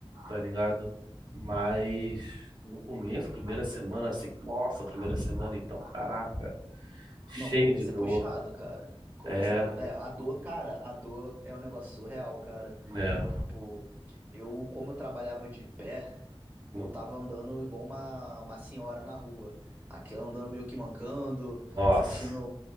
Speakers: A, on the right; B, on the right.
A: tá ligado? Mas no começo, primeira semana, assim, nossa, primeira semana então, caraca, cheio
B: Não, começo
A: de dor.
B: é puxado, cara. Começo
A: É,
B: é puxado. A dor, cara, a dor é um negócio surreal, cara.
A: é,
B: Tipo, eu, como eu trabalhava de pé, eu
A: um,
B: tava andando igual uma, uma senhora na rua. Aqui andando meio que mancando,
A: nossa.
B: sentindo